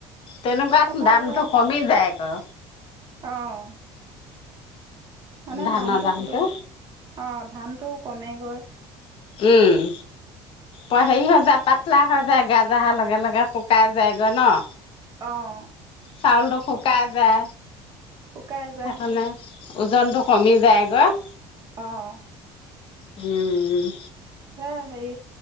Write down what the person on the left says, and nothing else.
তেনেকুৱাত
দামটো
কমি যায় আকৌ।
ধানৰ
দামটো
উম, প হেৰি হৈ যায় পাতলা হৈ যায়, গাজ অহাৰ লগে লগে শুকাই যায়গৈ ন?
চাউলটো শুকাই যায়।
সেইকাৰণে। ওজনটো কমি যায়গৈ।
উম'।